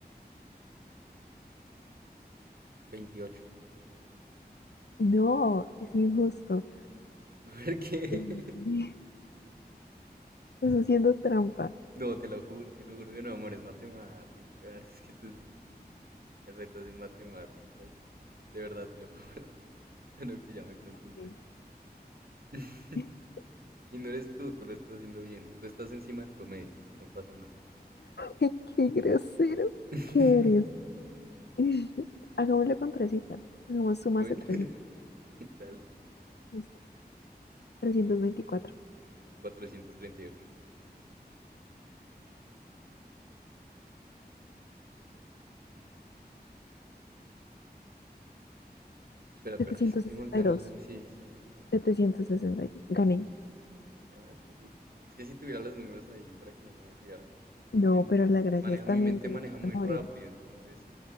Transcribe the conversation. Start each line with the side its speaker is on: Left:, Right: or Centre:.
Right: 28.
Left: No, es injusto.
Right: ¿Por qué?
Left: Em,
Right: <laughs>
Left: <laughs> estás haciendo trampa.
Right: No, te lo juro, te lo juro que no, amor, es matemáticas. Es que tus retos en matemáticas. De verdad, te lo juro. <laughs> Lo que ya me concentré.
Left: Ok.
Right: <laughs>
Left: <laughs>
Right: Y no eres tú, tú lo estás haciendo bien. Tú estás encima del promedio. No pasa nada.
Left: Qué grosero
Right: <laughs>
Left: que eres. <laughs> Hagámoslo con tres cifras. Hagamos sumas
Right: Bueno,
Left: de tres
Right: <laughs>
Left: cifras.
Right: dale.
Left: Listo. trescientos veinticuatro,
Right: cuatrocientos treinta y ocho. Espera, espera,
Left: setecientos
Right: es que
Left: sesenta
Right: se me olvidan
Left: y dos
Right: los números. Sí, sí, sí,
Left: setecientos
Right: sí.
Left: sesenta y dos.
Right: Sí,
Left: Gané.
Right: bien, bien, bien. Ganaste, sí. Es que si tuviera los números ahí para que no se me olvidaran. Es que
Left: No,
Right: mi mente
Left: pero
Right: es.
Left: la gracia
Right: Maneja,
Left: es también
Right: mi mente
Left: tener
Right: maneja muy
Left: memoria.
Right: rápido, entonces.